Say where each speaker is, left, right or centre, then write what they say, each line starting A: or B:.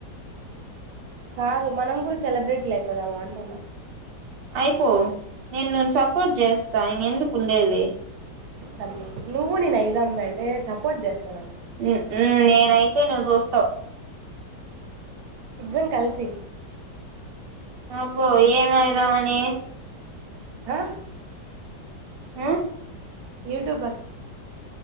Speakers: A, on the right (about 70°); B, on the right (about 80°).
A: కాదు మనం కూడా సెలబ్రిటీలు అయిపోదామా అంటున్న
B: అయిపో నేను, నిన్ను సపోర్ట్ చేస్తా ఇంగ ఎందుకుండేది
A: పంది నువ్వు, నేను అయిదాంమే అంటే, సపోర్ట్ చేస్తాదం
B: హ్మ్ ఉహ్మ్ నేనైతే నువ్వు చూస్తావ్
A: ఇద్దరం కలిసి
B: అబ్బో ఏం అయిదామని
A: ఆ
B: ఉ
A: యూట్యూబర్స్